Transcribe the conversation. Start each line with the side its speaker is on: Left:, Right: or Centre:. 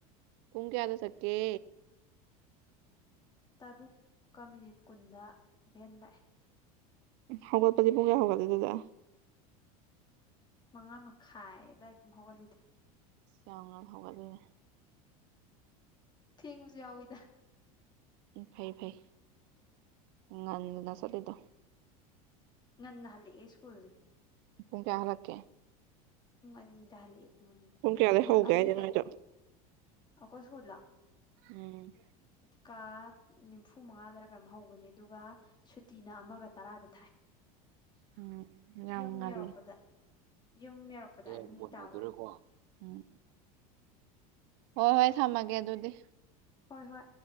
Right: ꯄꯨꯡ ꯀꯌꯥꯗ ꯆꯠꯀꯦ
Left: ꯇꯔꯨꯛꯀ ꯃꯤꯅꯤꯠ ꯀꯨꯟꯗ ꯚꯦꯟ ꯂꯥꯛꯑꯦ
Right: ꯍꯧꯒꯠꯄꯗꯤ ꯄꯨꯡ ꯀꯌꯥ ꯍꯧꯂꯤ ꯑꯗꯨ ꯑꯗꯨꯗꯤ
Left: ꯃꯉꯥ ꯃꯈꯥꯏ ꯑꯗꯨꯋꯥꯏ ꯑꯗꯨꯝ ꯍꯧꯒꯠꯂꯤꯗ
Right: ꯑ ꯌꯥꯝ ꯉꯟ ꯍꯧꯒꯠꯂꯤꯅꯦ
Left: ꯊꯦꯡꯕꯁꯨ ꯌꯥꯎꯏ ꯗ
Right: ꯎꯝ ꯐꯩ ꯐꯩ ꯎ ꯉꯥꯟꯅ ꯆꯠꯂꯤꯗꯣ
Left: ꯉꯟꯅ ꯍꯟꯂꯛ ꯑꯦ ꯏꯁ꯭ꯀꯨꯜꯁꯦ
Right: ꯄꯨꯡ ꯀꯌꯥ ꯍꯂꯀꯦ
Left: ꯄꯨꯡ ꯑꯅꯤꯗ ꯍꯜꯂꯛꯑꯦ ꯄꯨꯡ ꯑꯅꯤꯗ
Right: ꯀꯌꯥꯗꯩ
Left: ꯌꯨꯝ
Right: ꯍꯧꯒꯦ
Left: ꯑꯅꯤꯗ
Right: ꯍꯥꯏꯁꯦ ꯅꯣꯏꯗꯣ
Left: ꯑꯈꯣꯏ ꯁꯀꯨꯜ ꯔꯣ
Right: ꯎꯝ
Left: ꯀꯥ ꯅꯤꯐꯨ ꯃꯉꯥꯗꯔ ꯀꯝ ꯍꯧꯕꯅꯦ ꯑꯗꯨꯒ ꯁꯨꯇꯤꯅ ꯑꯃꯒ ꯇꯔꯥꯗ ꯊꯥꯏ
Right: ꯎꯝ ꯌꯥꯝ
Left: ꯌꯨꯝ
Right: ꯉꯜꯂꯤ
Left: ꯌꯧꯔꯛꯄꯗ ꯌꯨꯝ ꯌꯧꯔꯛꯄꯗ
Right: ꯑꯦ
Left: ꯑꯅꯤ
Right: ꯕꯣꯜ
Left: ꯇꯥꯕ
Right: ꯍꯧꯗꯣꯔꯦꯀꯣ ꯎꯝ ꯍꯣꯏ ꯍꯣꯏ ꯊꯝꯃꯒꯦ ꯑꯗꯨꯗꯤ
Left: ꯍꯣꯏ ꯍꯣꯏ